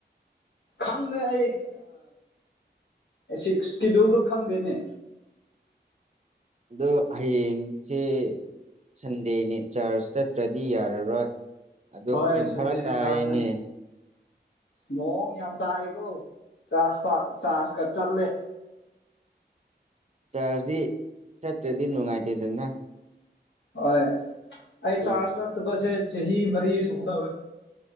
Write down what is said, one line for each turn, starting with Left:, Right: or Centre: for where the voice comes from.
Left: ꯈꯪꯗꯦ ꯑꯩ ꯁꯤꯛꯁꯀꯤꯗꯨꯜꯗꯨ ꯈꯪꯗꯦꯅꯦ
Right: ꯑꯗꯣ ꯍꯌꯦꯡꯁꯦ ꯁꯟꯗꯦꯅꯦ ꯆꯔꯆ ꯆꯠꯇ꯭ꯔꯗꯤ ꯌꯥꯔꯔꯣꯏ ꯑꯗꯨ
Left: ꯍꯣꯏ
Right: ꯌꯥꯝ
Left: ꯁꯟꯗꯦꯗꯤ
Right: ꯐꯔꯛ ꯇꯥꯏꯌꯦꯅꯦ
Left: ꯆꯥꯔꯖ ꯆꯠ ꯃꯑꯣꯡ ꯌꯥꯝ ꯇꯥꯏꯕꯣ ꯆꯥꯔꯖ ꯆꯥꯔꯖꯀ ꯆꯠꯂꯦ
Right: ꯆꯥꯔꯖꯁꯤ ꯆꯠꯇ꯭ꯔꯗꯤ ꯅꯨꯡꯉꯥꯏꯇꯦꯗꯅ
Left: ꯍꯣꯏ ꯑꯩ
Right: ꯑꯗꯨꯒꯤ
Left: ꯆꯥꯔꯖ ꯆꯠꯇꯕꯁꯦ ꯆꯍꯤ ꯃꯔꯤ ꯁꯨꯗꯧꯔꯦ